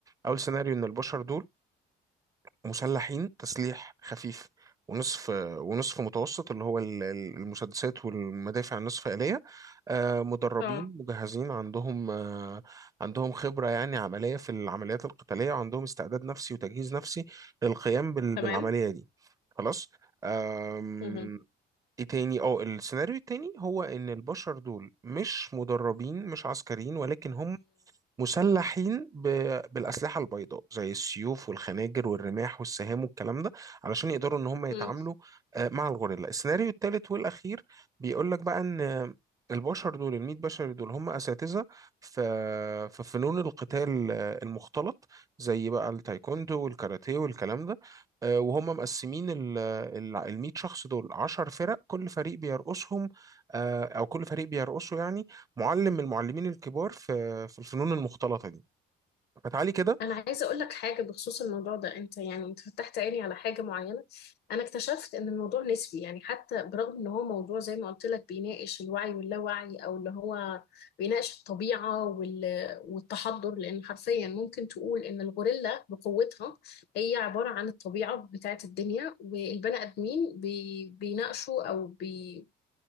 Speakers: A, on the right (about 20°); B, on the left (about 75°).
A: أول سيناريو إن البشر دول مسلحين تسليح خفيف ونصف ونصف متوسط اللي هو ال- ال- المسدسات والمدافع النصف آلية آه، مدربين
B: اه
A: مجهزين عندهم آه، عندهم خبرة يعني عملية في العمليات القتالية وعندهم استعداد نفسي وتجهيز نفسي للقيام بال-
B: تمام
A: بالعملية دي خلاص آم،
B: امم
A: ايه تاني اه السيناريو التاني هو ان البشر دول مش مدربين مش عسكريين ولكن هم مسلحين ب- بالأسلحة البيضاء زي السيوف والخناجر والرماح والسهام والكلام ده علشان يقدروا إن هم يتعاملوا
B: امم
A: آه، مع الغوريلا السيناريو الثالث والأخير بيقول لك بقى إن البشر دول الميت بشر دول هم أساتذة في في فنون القتال آه، المختلط زي بقى التايكوندو والكاراتيه والكلام ده آه، وهم مقسمين ال ال- الميت شخص دول عشر فرق كل فريق بيرقصهم آه، أو كل فريق بيرقصه يعني معلم من المعلمين الكبار في في الفنون المختلطة دي فتعالي كده
B: انا عايزه اقول لك حاجه بخصوص الموضوع ده انت يعني انت فتحت عيني على حاجه معينه انا اكتشفت ان الموضوع نسبي يعني حتى برغم ان هو موضوع زي ما قلت لك بيناقش الوعي واللاوعي او اللي هو بيناقش الطبيعه وال- والتحضر لان حرفيا ممكن تقول ان الغوريلا بقوتها هي عباره عن الطبيعه بتاعه الدنيا والبني ادمين بي- بيناقشوا او بي